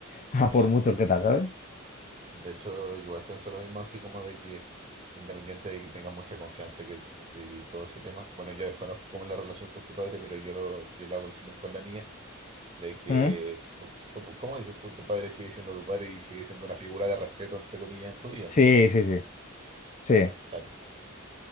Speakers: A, on the left; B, on the right.
A: a
B: Sí,
A: por mucho
B: sí.
A: que tal, ¿sabes?
B: De hecho, yo igual pienso lo mismo, así como de que independiente de que tengas mucha confianza y que, y todo ese tema, bueno, yo desconozco cómo es la relación con tu padre, pero yo lo, yo le hago el símil con la mía, de que,
A: ¿Mm?
B: tu, tu- ¿cómo dices tú? Tu padre sigue siendo tu padre y sigue siendo una figura de respeto, entre comillas, en tu vida, entonces,
A: Sí, sí, sí, sí.
B: claro.